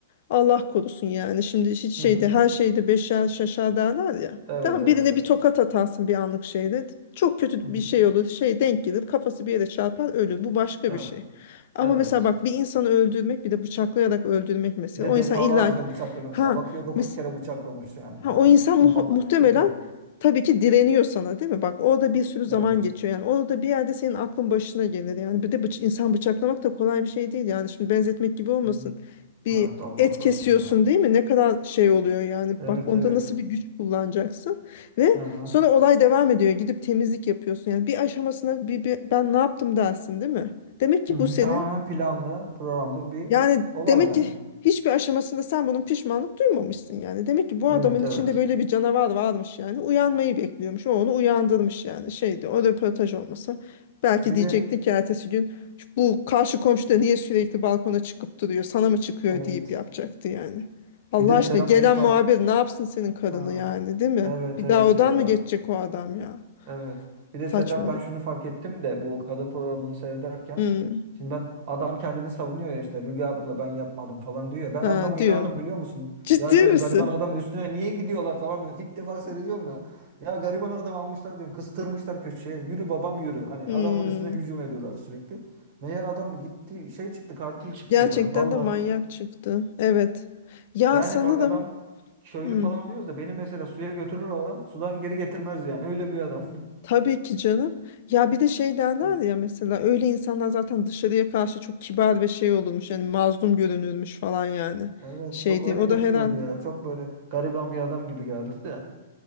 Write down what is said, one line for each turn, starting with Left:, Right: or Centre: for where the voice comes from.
Left: Allah korusun yani. Şimdi hiç
Right: Hı
Left: şeyde
Right: hı.
Left: her şeyde beşer şaşar derler ya.
Right: Evet,
Left: Tamam
Right: evet.
Left: birine bir tokat atarsın bir anlık şeyle. Çok kötü
Right: Hı hı.
Left: bir şey olur. Şey denk gelir kafası bir yere çarpar ölür. Bu başka
Right: Evet.
Left: bir şey. Ama
Right: Evet.
Left: mesela bak bir insanı öldürmek bir de bıçaklayarak öldürmek mesela.
Right: Bir de
Left: O
Right: defalarca
Left: insan illa
Right: bıçaklıyor mesela.
Left: ha
Right: Bakıyor 9
Left: mes
Right: kere bıçaklamış yani
Left: Ha,
Right: yani.
Left: o insan muh-
Right: Bu normal
Left: muhtemelen
Right: bir şey değil.
Left: tabii ki direniyor sana değil mi? Bak orada bir sürü zaman
Right: Evet.
Left: geçiyor. Yani orada bir yerde senin aklın başına gelir. Yani bir de bıç insan bıçaklamak da kolay bir şey değil. Yani şimdi benzetmek gibi olmasın.
Right: Hı hı.
Left: Bir
Right: Evet Allah
Left: et
Right: korusun
Left: kesiyorsun
Right: ya.
Left: değil mi? Ne kadar şey oluyor yani.
Right: Evet
Left: Bak onda
Right: evet.
Left: nasıl bir güç kullanacaksın. Ve
Right: Hı hı.
Left: sonra olay devam ediyor. Gidip temizlik yapıyorsun. Yani bir aşamasına bir, bir ben ne yaptım dersin değil mi? Demek ki
Right: Hı hı.
Left: bu senin
Right: Tamamen planlı, programlı bir
Left: yani
Right: olay
Left: demek
Right: yani.
Left: ki hiçbir aşamasında sen bunun pişmanlık duymamışsın yani. Demek ki bu adamın
Right: Evet
Left: içinde
Right: evet.
Left: böyle bir canavar varmış yani. Uyanmayı bekliyormuş. O onu uyandırmış yani. Şeydi o röportaj olmasa. Belki
Right: Bir
Left: diyecekti
Right: de
Left: ki ertesi gün "Şu bu karşı komşu da niye sürekli balkona çıkıp duruyor? Sana mı çıkıyor
Right: evet.
Left: deyip yapacaktı yani. Allah
Right: Bir de
Left: aşkına
Right: Serap
Left: gelen
Right: neyi fark...
Left: muhabir ne yapsın senin karını
Right: Ha.
Left: yani değil mi?
Right: Evet
Left: Bir
Right: evet
Left: daha odan
Right: ya.
Left: mı geçecek o adam ya?
Right: Evet. Bir de
Left: Saçmalık.
Right: Serap ben şunu fark ettim de bu kadın programını seyrederken
Left: Hmm.
Right: şimdi ben adam kendini savunuyor ya işte Müge abla ben yapmadım falan diyor. ya. Ben
Left: Ha,
Right: adama
Left: diyor.
Right: inandım biliyor musun?
Left: Ciddi
Right: Ya dedim
Left: misin?
Right: gariban adam üstüne niye gidiyorlar falan ilk defa seyrediyorum ya. Ya gariban adam almışlar diyorum kıstırmışlar köşeye yürü babam yürü. Hani
Left: Hmm.
Right: adamın üstüne hücum ediyorlar sürekli. Meğer adam gitti şey çıktı katil çıktı
Left: Gerçekten
Right: ya vallahi.
Left: de manyak çıktı. Evet. Ya
Right: Yani
Left: sanırım
Right: bak adam köylü
Left: hmm,
Right: falan diyoruz da beni mesela suya götürür o adam sudan geri getirmez yani öyle bir adam.
Left: tabii ki canım. Ya bir de şey derler
Right: <laughs>
Left: ya mesela öyle insanlar zaten dışarıya karşı çok kibar ve şey olurmuş. Yani mazlum görünürmüş falan yani.
Right: Evet
Left: Şeydi.
Right: çok öyle
Left: O
Right: gözüküyordu
Left: da herhal
Right: ya. Çok böyle gariban bir adam gibi geldi de.